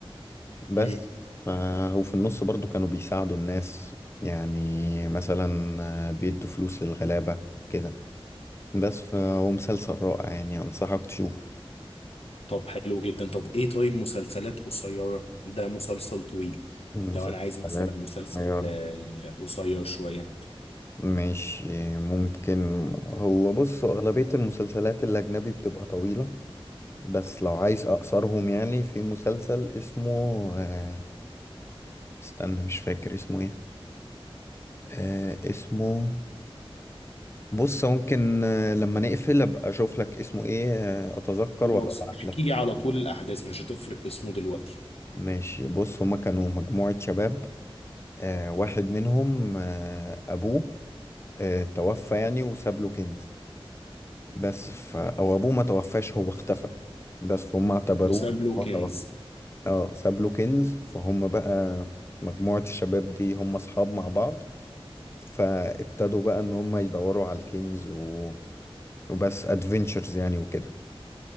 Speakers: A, on the left; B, on the left.
A: بس
B: امم
A: ف... وفي النص برضو كانوا بيساعدوا الناس يعني مثلا آه، بيدوا فلوس للغلابة كده بس فهو مسلسل رائع يعني أنصحك تشوفه
B: طب حلو جدا طب ايه طيب مسلسلات قصيرة ده مسلسل طويل
A: مسلسلات
B: لو انا عايز مثلا مسلسل
A: قصيرة
B: آه، قصير شوية
A: مش ممكن هو بص أغلبية المسلسلات الأجنبي بتبقى طويلة بس لو عايز أقصرهم يعني في مسلسل اسمه آه، استنى مش فاكر اسمه ايه آه، اسمه بص ممكن آه، لما نقفل ابقى اشوف لك اسمه ايه آه، اتذكر
B: خلاص
A: وابقى ابعت
B: احكي
A: لك
B: لي على طول الاحداث مش هتفرق اسمه دلوقتي
A: ماشي بص هما كانوا مجموعة شباب آه، واحد منهم آه، ابوه آه، توفى يعني وساب له كنز بس ف... او ابوه ما توفاش هو اختفى بس فهم اعتبروه
B: وساب له
A: هو توفى
B: كنز
A: اه ساب له كنز فهم بقى مجموعة الشباب دي هم اصحاب مع بعض فابتدوا بقى ان هم يدوروا على الكنز و... وبس ادفنتشرز يعني وكده